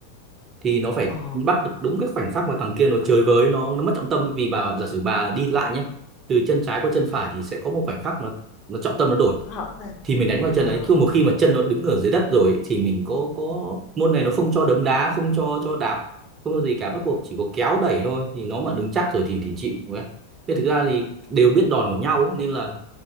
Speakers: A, on the right; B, on the left.
A: thì nó phải
B: Ồ,
A: bắt được đúng cái khoảnh khắc mà thằng kia nó chơi với nó nó mất trọng tâm vì bà giả sử bà đi lại nhé từ chân trái qua chân phải thì sẽ có một khoảnh khắc mà nó trọng tâm nó đổi
B: nó hẳn lên.
A: thì mình đánh vào chân
B: Ờ,
A: đấy chứ một khi mà chân nó đứng ở dưới đất rồi thì mình có có môn này nó không cho đấm đá không cho cho đạp không có gì cả bắt buộc chỉ có kéo đẩy thôi thì nó mà đứng chắc rồi thì thì chịu Nên thực ra thì đều biết đòn của nhau ấy, nên là